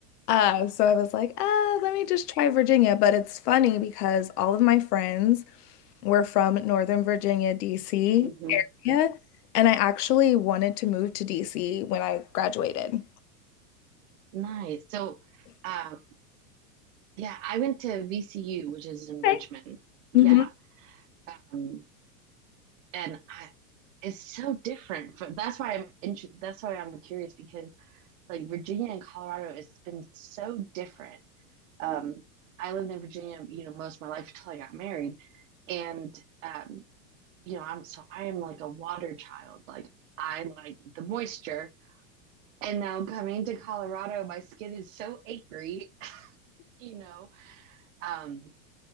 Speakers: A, on the left; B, on the right.
A: Uh, so I was like, "Ah, let me just try Virginia." But it's funny because all of my friends we're from Northern Virginia, DC
B: Yeah. hmm
A: area, and I actually wanted to move to DC when I graduated.
B: Nice. So, um, yeah, I went to VCU, which is in
A: Okay.
B: Richmond. Yeah.
A: hmm
B: Um, and I, it's so different. From, that's why I'm inter- that's why I'm curious because like Virginia and Colorado, it's been so different. Um, I lived in Virginia, you know, most of my life until I got married, and um, you know, I'm so I am like a water child. Like I like the moisture, and now coming to Colorado, my skin is so angry, <laughs> you know. Um,